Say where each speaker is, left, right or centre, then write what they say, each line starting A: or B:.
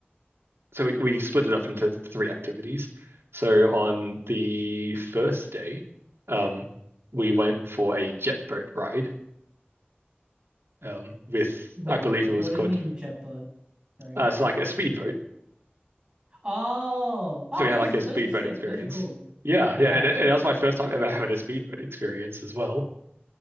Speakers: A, on the right; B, on the right.
A: so we, we split it up into three activities. So on the first day, um, we went for a jet boat ride um, with,
B: Wait,
A: I believe
B: what? do-
A: it was
B: What
A: called,
B: do you mean jet boat? Sorry.
A: uh, it's like a speedboat.
B: Oh, oh,
A: So we
B: those
A: had like
B: are-
A: a
B: those
A: speedboat
B: are sick.
A: experience.
B: Those are cool.
A: Yeah,
B: Yeah.
A: yeah, and, it- and that was my first time ever having a speedboat experience as well.